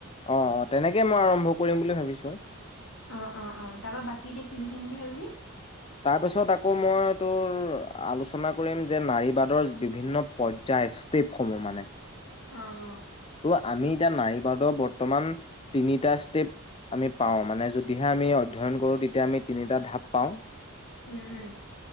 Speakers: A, on the left; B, on the left.
A: অ অ তেনেকে মই আৰম্ভ কৰিম বুলি ভাবিছো।
B: অ অ অ তাৰ পৰা বাকী এতিয়া কি লিখিম বুলি ভাৱিলি?
A: তাৰপিছত আকৌ মই তোৰ আলোচনা কৰিম যে নাৰীবাদৰ বিভিন্ন পৰ্যায় ষ্টেপসমূহ মানে।
B: অ অ।
A: ত' আমি এতিয়া নাৰীবাদৰ বৰ্তমান তিনিটা ষ্টেপ আমি পাও মানে যদিহে আমি অধ্যয়ন কৰো তেতিয়া আমি তিনিটা ঢাপ পাও।
B: উম উম।